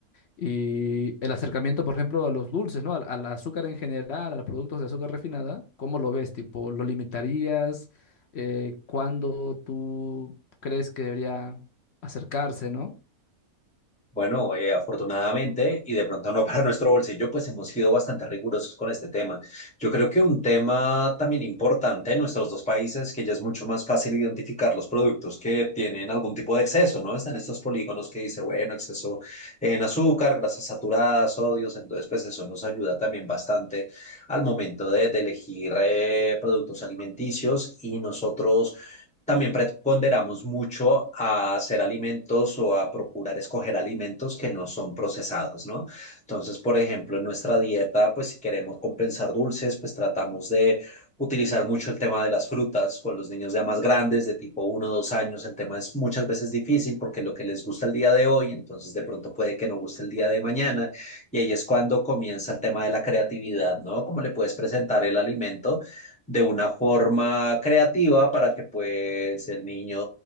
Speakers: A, on the left (about 55°); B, in the centre.
A: Y el acercamiento, por ejemplo, a los dulces, ¿no? Al, al azúcar en general, a los productos de azúcar refinada, ¿cómo lo ves? Tipo, ¿lo limitarías? Eh, ¿cuándo tú crees que debería acercarse, ¿no?
B: Bueno, eh, afortunadamente, y de pronto no <laughs> para nuestro bolsillo, pues hemos sido bastante rigurosos con este tema. Yo creo que un tema también importante en nuestros dos países, que ya es mucho más fácil identificar los productos que tienen algún tipo de exceso, ¿no? Están estos polígonos que dice, bueno, exceso en azúcar, grasas saturadas, sodios, entonces pues eso nos ayuda también bastante al momento de, de elegir eh, productos alimenticios y nosotros también preponderamos mucho a hacer alimentos o a procurar escoger alimentos que no son procesados, ¿no? Entonces, por ejemplo, en nuestra dieta, pues si queremos compensar dulces, pues tratamos de utilizar mucho el tema de las frutas con los niños ya más grandes, de tipo uno, o 2 años. El tema es muchas veces difícil porque lo que les gusta el día de hoy, entonces de pronto puede que no guste el día de mañana. Y ahí es cuando comienza el tema de la creatividad, ¿no? Cómo le puedes presentar el alimento de una forma creativa para que pues el niño